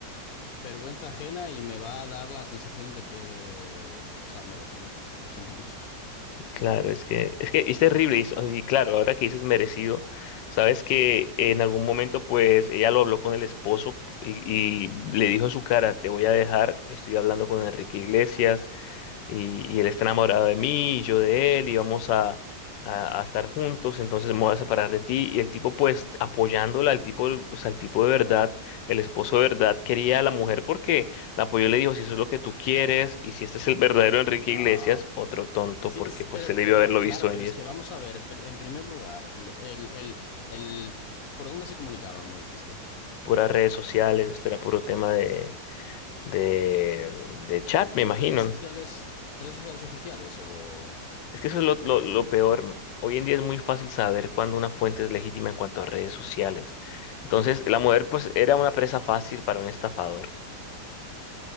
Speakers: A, on the left; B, on the left.
A: vergüenza ajena y me va a dar la sensación de que, o sea, merecido, o sea, lo siento mucho.
B: Claro,
A: Es que,
B: es que es que es terrible y, eso- y claro, ahora que dices merecido, sabes que en algún momento pues ella lo habló con el esposo y, y le dijo en su cara, te voy a dejar, estoy hablando con Enrique Iglesias. y, y él está enamorado de mí, y yo de él, y vamos a, a, a estar juntos, entonces me voy a separar de ti. Y el tipo, pues, apoyándola, el tipo, o sea, el tipo de verdad, el esposo de verdad, quería a la mujer porque la apoyó y le dijo, si eso es lo que tú quieres, y si este es el verdadero
A: mm,
B: Enrique
A: no.
B: Iglesias, otro tonto,
A: Sí,
B: porque
A: es,
B: pues
A: pero,
B: se debió
A: pero,
B: haberlo visto
A: claro,
B: venir.
A: pero es que vamos a ver, pr- en primer lugar, el, el, el, el- ¿por dónde se comunicaban, me dijiste?
B: Puras redes sociales, esto era puro tema de... De, de chat, me
A: Pero
B: imagino.
A: redes sociales,
B: ¿no?
A: redes sociales oficiales o...
B: Es que eso es lo, lo, lo peor. Hoy en día es muy fácil saber cuándo una fuente es legítima en cuanto a redes sociales. Entonces, la mujer pues era una presa fácil para un estafador,